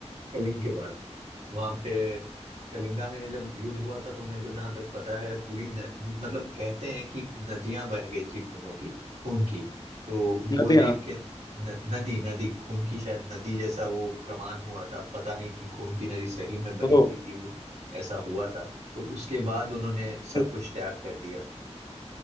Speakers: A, on the right; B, on the left.
A: कलिंग के बाद वहां पे कलिंगा में जब युद्ध हुआ था तो मेरे को जहां तक पता है पूरी न, मतलब कहते हैं कि नदियां बह गई थी खूनों की खून की तो वो
B: नदियाँ
A: देख के न, नदी नदी खून की शायद नदी जैसा वो प्रमाण हुआ था पता नहीं कि खून की नदी सही में बही
B: ओ
A: थी कि वो ऐसा हुआ था तो उसके बाद उन्होंने
B: <laughs>
A: सब कुछ त्याग कर दिया